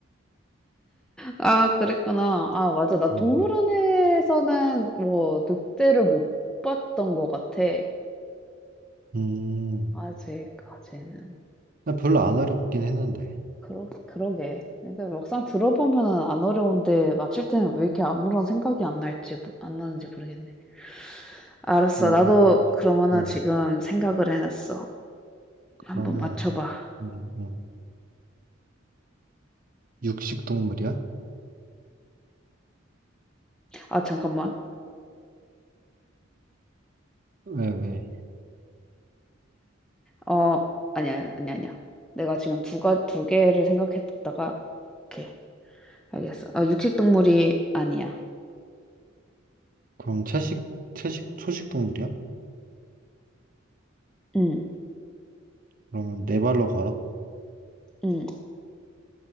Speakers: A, in the centre; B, on the right.
A: 아, 그랬구나. 아, 맞아. 나
B: 어,
A: 동물원에서는 뭐, 늑대를 못 봤던 것 같아.
B: 음,
A: 아직까지는.
B: 나 별로 안 어렵긴 했는데.
A: 그러 그러게. 그러니까 막상 들어보면은 안 어려운데 맞힐 때는 왜 이렇게 아무런 생각이 안 날지 모- 안 나는지 모르겠네. 알았어.
B: 원래
A: 나도
B: 그렇지.
A: 그러면은
B: 어,
A: 지금 생각을 해놨어. 한번
B: 그러면,
A: 맞춰봐.
B: 음, 음. 육식 동물이야?
A: 아 잠깐만.
B: 왜, 왜?
A: 어 아니야 아니야 아니야. 내가 지금 두가 두 개를 생각했다가 오케이 알겠어. 아 육식 동물이 아니야.
B: 그럼 채식, 채식, 초식 동물이야?
A: 응
B: 그러면 네 발로 걸어?
A: 응.